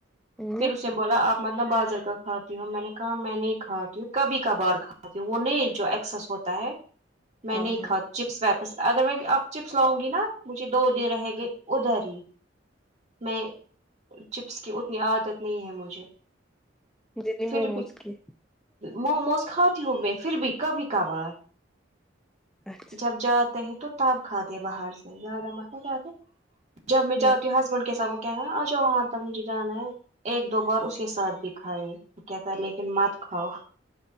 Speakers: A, in the centre; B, on the right.
A: ہوں
B: پھر اس نے بولا آپ مطلب بازر کا کھاتی ہوں میں نے کہا میں نہیں کھاتی ہوں کبھی کبھار کھ وہ نہیں جو ایکسس ہوتا ہے میں
A: ہاں
B: نہیں
A: ہاں
B: کھا چپس ویپس اگر میں اب چپس لاؤں گی نا مجھے دو دن رہے گئے ادھر ہی میں چپس کی اتنی عادت نہیں ہے مجھے
A: جتنی
B: پھر
A: موموز
B: بھی
A: کی
B: موموز کھاتی ہوں میں پھر بھی کبھی کبھار
A: اچھا
B: جب جاتے ہیں تو تب کھاتے باہر سے زیادہ متاتے جب میں ج
A: نہ
B: ہسبینڈ کے سھ کہ گا آج جو وہاں تک مجھے جانا ہے ایک دو بار اس کے ساتھ کائے تو کیا تھا لیکن مت کھاؤ